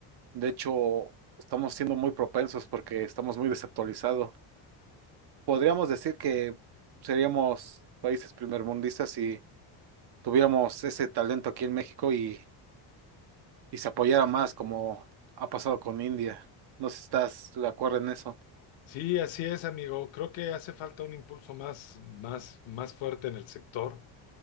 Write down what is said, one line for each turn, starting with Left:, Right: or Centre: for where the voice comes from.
Right: De hecho, estamos siendo muy propensos porque estamos muy desactualizados. Podríamos decir que seríamos países primermundistas si tuviéramos ese talento aquí en México y y se apoyara más como ha pasado con India. No sé si estás de acuerdo en eso.
Left: Sí, así es, amigo. Creo que hace falta un impulso más, más, más fuerte en el sector.